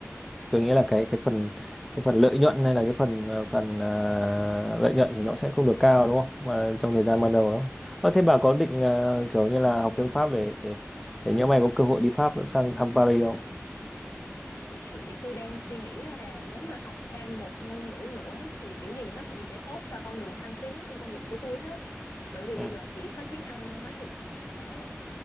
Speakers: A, in the centre; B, on the left.
A: tôi nghĩ là cái cái phần cái phần lợi nhuận hay là cái phần ờ, phần ờ, lợi nhuận thì nó sẽ không được cao đúng không? Mà trong thời gian ban đầu đó. Ờ, thế bà có định ờ, kiểu như là học tiếng Pháp để để để nhỡ mày có cơ hội đi Pháp sang thăm Paris không?
B: Thực sự thì tôi đang suy nghĩ là nếu mà học thêm một ngôn ngữ nữa thì kiểu gì nó cũng sẽ tốt cho con đường thăng tiến trong công việc của tôi hết. Bởi vì
A: Ừ.
B: bây giờ chỉ có tiếng Anh nói thiệt mà nói là